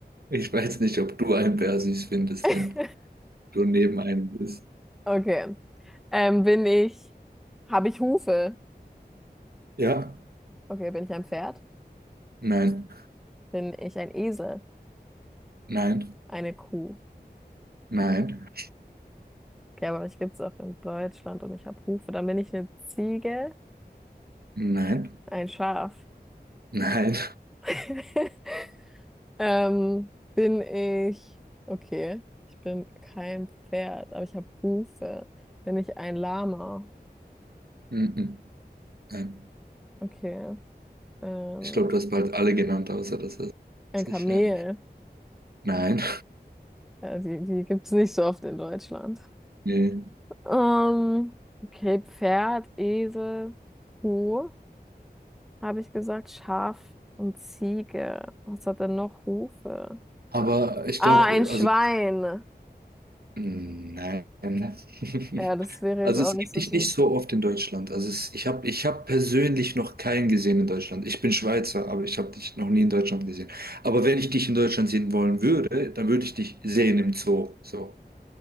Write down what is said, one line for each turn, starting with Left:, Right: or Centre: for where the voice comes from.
Right: Ich weiß nicht, ob du einen Bär süß findest,
Centre: <laughs>
Right: wenn du neben einem bist.
Centre: Okay. Ähm, bin ich, habe ich Hufe?
Right: Ja,
Centre: Okay, bin ich ein Pferd?
Right: Nein,
Centre: Bin ich ein Esel?
Right: nein,
Centre: Eine Kuh?
Right: nein,
Centre: Okay, aber mich gibt es auch in Deutschland und ich habe Hufe. Dann bin ich eine Ziege,
Right: nein,
Centre: ein Schaf.
Right: nein,
Centre: <laughs> Ähm, bin ich, okay, ich bin kein Pferd, aber ich habe Hufe. Bin ich ein Lama?
Right: mhm, nein.
Centre: Okay. Ähm,
Right: Ich glaube, du hast bald alle genannt, außer das ist
Centre: ein
Right: sich,
Centre: Kamel.
Right: ja. Nein,
Centre: Ja, die die gibt es nicht so oft in Deutschland.
Right: nee.
Centre: Ähm, okay, Pferd, Esel, Kuh, habe ich gesagt, Schaf und Ziege. Was hat denn noch Hufe?
Right: Aber ich
Centre: Ah,
Right: glaube,
Centre: ein Schwein.
Right: also Mm, Nein. <laughs>
Centre: Ja, das wäre
Right: Also
Centre: jetzt auch
Right: es
Centre: nicht
Right: gibt
Centre: so
Right: dich
Centre: süß.
Right: nicht so oft in Deutschland. Also es, ich habe ich hab persönlich noch keinen gesehen in Deutschland. Ich bin Schweizer, aber ich habe dich noch nie in Deutschland gesehen. Aber wenn ich dich in Deutschland sehen wollen würde, dann würde ich dich sehen im Zoo. So.